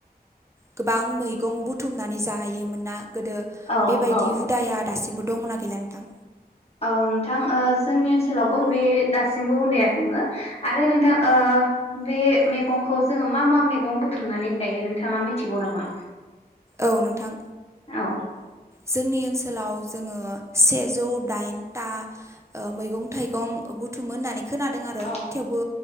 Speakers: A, on the right; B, on the left.
A: गोबां मैगं बुथुमनानै जाहोयोमोन ना गोदो
B: औ
A: बेबायदि
B: औ
A: हुदाया दासिमबो दंना गैला नोंथां
B: औ नोंथां जोंनि ओनसोलावबो बे दासिमबो हुदाया दङ आरो नोंथां बे बे मैगंखौ जोङो मा मा मैगं बुथुमनानै जायो नोंथाङा मिथिगौ नामा
A: औ नोंथां
B: औ
A: जोंनि ओनसोलाव जोङो सेजौ दाइनथा मैगं थाइगं बुथुममोन होननानै खोनादों आरो
B: औ
A: थेवबो